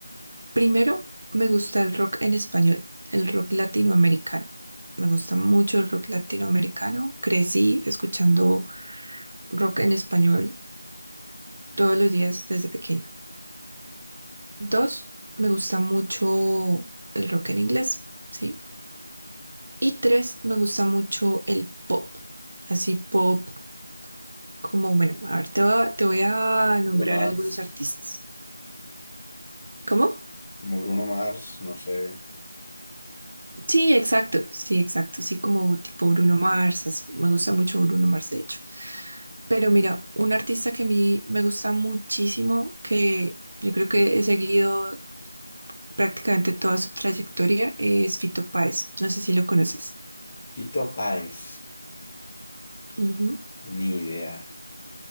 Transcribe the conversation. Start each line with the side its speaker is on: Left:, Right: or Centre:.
Right: primero, me gusta el rock en español, el rock latinoamericano. Me gusta mucho el rock latinoamericano. Crecí escuchando rock en español todos los días desde pequeña. Dos, me gusta mucho el rock en inglés, ¿sí? Y tres, me gusta mucho el pop. Así pop como, bueno, a ver, te voy a, te voy a nombrar
Left: Bruno Mars.
Right: algunos artistas. ¿Cómo?
Left: Como Bruno Mars, no sé.
Right: Sí, exacto, sí, exacto. Sí, como tipo Bruno Mars, así. Me gusta mucho Bruno Mars, de hecho. Pero mira, un artista que a mí me gusta muchísimo, que yo creo que he seguido prácticamente toda su trayectoria, es Fito Páez. No sé si lo conoces.
Left: Pito Páez,
Right: Ujú,
Left: ni idea.